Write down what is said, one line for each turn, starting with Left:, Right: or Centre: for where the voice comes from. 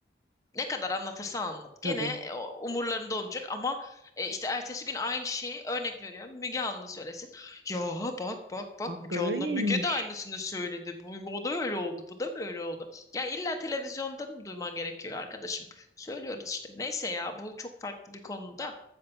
Left: Ne kadar anlatırsan anlat. Gene
Right: tabii.
Left: e, o umurlarında olmayacak ama e, işte ertesi gün aynı şeyi örnek veriyorum. Müge Anlı söylesin. Ya bak bak bak
Right: Bak
Left: Müge
Right: böyleymiş.
Left: Anlı. Müge de aynısını söyledi. Bu, o da öyle oldu. Bu da böyle oldu. Ya illa televizyondan mı duyman gerekiyor arkadaşım? Söylüyoruz işte. Neyse ya bu çok farklı bir konuda.